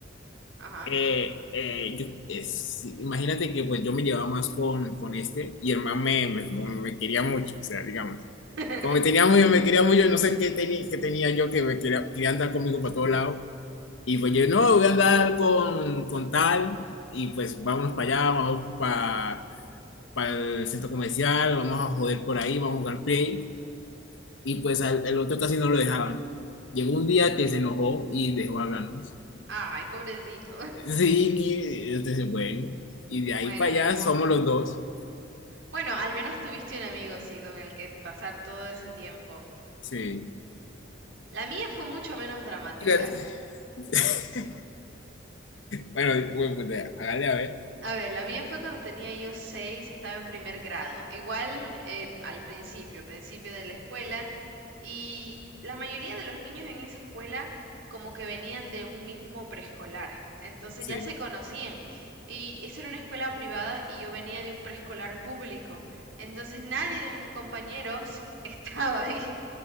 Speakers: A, on the right; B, on the left.
A: Ajá.
B: Eh, eh, yo, es- imagínate que pues yo me llevaba más con, con este y el man me, me, me quería mucho, o sea, digamos,
A: <laughs>
B: como me tenía muy, me quería mucho, no sé qué tenía, qué tenía yo que me quería, quería andar conmigo para todos lados y pues yo, no, voy a andar con, con tal y pues vámonos para allá, vamos para para el centro comercial, vamos a joder por ahí, vamos a jugar play y pues al, el otro casi no lo dejaban. Llegó un día que se enojó y dejó hablarnos.
A: Ay, pobrecito. <laughs>
B: Sí, y, este, dice, bueno, y de ahí
A: Bueno,
B: para
A: ni
B: allá
A: modo.
B: somos los dos.
A: Bueno, al menos tuviste un amigo, sí, con el que pasar todo ese tiempo.
B: Sí.
A: La mía fue mucho menos dramática.
B: Mira, <laughs> Bueno, pues, pues, de- hágale a ver.
A: A ver, la mía fue cuando tenía yo seis, estaba en primer grado, igual eh, al principio, principio de la escuela, y la mayoría de los niños en esa escuela como que venían de un mismo preescolar, entonces
B: Sí,
A: ya se conocían, y esa era una escuela privada y yo venía de un preescolar público, entonces nadie de mis compañeros <laughs> estaba ahí.